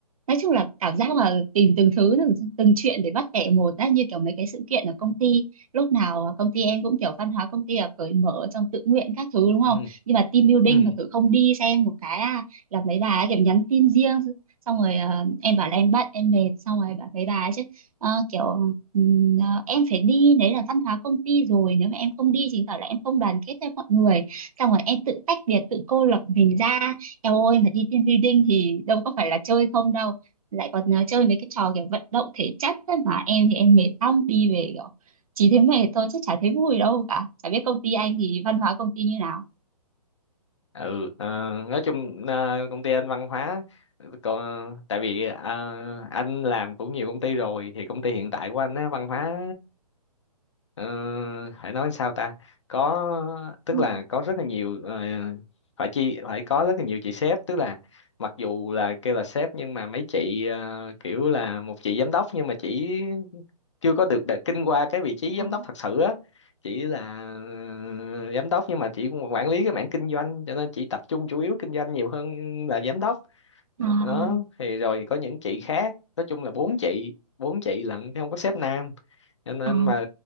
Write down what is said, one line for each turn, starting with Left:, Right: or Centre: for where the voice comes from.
Right: nói chung là cảm giác là tìm từng thứ, từng, từng chuyện để bắt bẻ một á, như kiểu mấy cái sự kiện ở công ty. Lúc nào công ty em cũng kiểu văn hóa công ty là cởi mở trong tự nguyện các thứ đúng không?
Left: ừ
Right: Nhưng mà team building
Left: ừ
Right: mà thử không đi xem một cái à, là mấy bà ấy kiểu nhắn tin riêng. Xong rồi ờ, em bảo là em bận, em mệt, xong rồi bảo mấy bà ấy chứ ờ, kiểu Ừm, à, em phải đi đấy là văn hóa công ty rồi nếu mà em không đi chứng tỏ là em không đoàn kết với mọi người xong rồi em tự tách biệt tự cô lập mình ra em ơi mà đi team building thì đâu có phải là chơi không đâu lại còn à, chơi mấy cái trò kiểu vận động thể chất ấy mà em thì em mệt lắm đi về kiểu chỉ thấy mệt thôi chứ chả thấy vui đâu cả chả biết công ty anh thì văn hóa công ty như nào
Left: ừ ờ, nói chung ờ, công ty anh văn hóa ờ, còn tại vì ờ, anh làm cũng nhiều công ty rồi thì công ty hiện tại của anh á văn hóa ờ, phải nói sao ta có tức
Right: Ừ,
Left: là có rất là nhiều ờ, phải chi phải có rất là nhiều chị sếp tức là mặc dù là kêu là sếp nhưng mà mấy chị ờ, kiểu là một chị giám đốc nhưng mà chỉ chưa có được đ- kinh qua cái vị trí
Right: à,
Left: giám đốc thật sự á chỉ là ừ, giám đốc nhưng mà chỉ quản lý cái mảng kinh doanh cho nên chỉ tập trung chủ yếu kinh doanh nhiều hơn là giám đốc
Right: à,
Left: đó thì rồi có những chị khác nói chung là bốn chị bốn chị lận chứ không có sếp nam cho nên
Right: à. À,
Left: mà